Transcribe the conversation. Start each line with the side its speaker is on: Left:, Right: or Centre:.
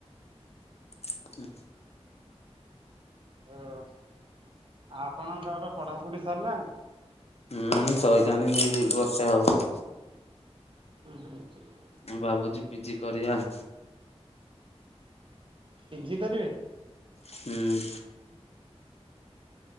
Left: <unintelligible>
Right: ହଁ ଆପଣଙ୍କର ପଢାପଢି ସରିଲାଣି।
Left: ହୁଁ ସରିଲାଣି ଦି ବର୍ଷ ହବ।
Right: <unintelligible>
Left: ମୁଁ ଭାବୁଛି ପିଜି କରିବା।
Right: ପିଜି କରିବେ।
Left: ହୁଁ।